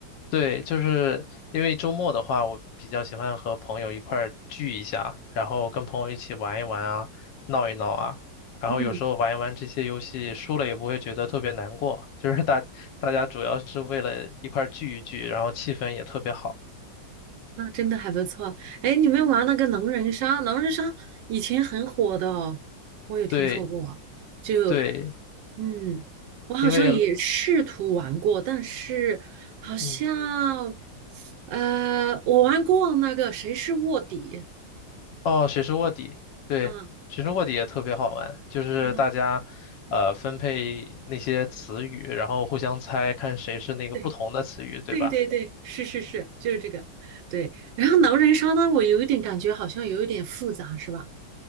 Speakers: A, on the left; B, on the right.
A: 对，就是因为周末的话，我比较喜欢和朋友一块儿聚一下，然后跟朋友一起玩一玩啊，闹一闹啊，然后有时候玩一玩这些游戏，
B: 嗯，
A: 输了也不会觉得特别难过，就是大大家主要是为了一块儿聚一聚，然后气氛也特别好。
B: 那真的还不错。哎，你们玩那个狼人杀，狼人杀以前很火的哦我有听说过。
A: 对
B: 就，
A: 对，
B: 嗯，我好像也试图玩过，
A: 因为
B: 但是好像，
A: 嗯，
B: 呃，我玩过那个谁是卧底，
A: 哦，谁是卧底？对，
B: 嗯
A: 谁是卧底也特别好玩，就是大家呃分配那些词语，
B: 嗯。
A: 然后互相猜，看谁是那个不同的词语，
B: 对。
A: 对吧？
B: 对对对，是是是，就是这个，对。然后狼人杀呢，我有一点感觉好像有一点复杂，是吧？